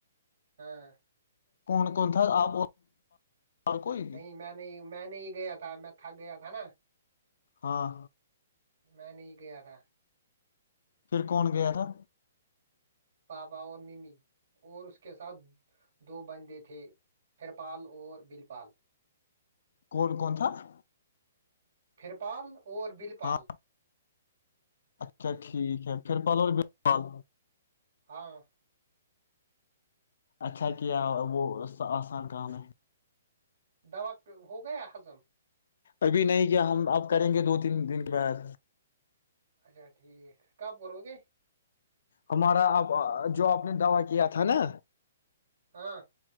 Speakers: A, on the right; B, on the left.
A: ہاں
B: کون کون تھا آپ اور کوئی
A: نہیں میں نہیں میں نہیں گیا تھا میں تھک گیا تھا نا
B: ہاں
A: میں نہیں گیا تھا
B: پھر کون گیا تھا
A: پاپا اور ممی اور اس کے ساتھ دو بندے تھے ہرپال اور بل پال
B: کون کون تھا تھا
A: پھر پال اور بل پال
B: ہاں اچھا ٹھیک ہے پھر پال اور بل پال
A: ہاں
B: اچھا کیا وہ آسان کام ہے
A: دوا ہو گیا ہضم
B: ابھی نہیں کیا ہم اب کریں گے دو تین دن کے بعد
A: اچھا ٹھیک کب کرو گے
B: ہمارا آپ جو آپ نے دوا کیا تھا نا
A: ہاں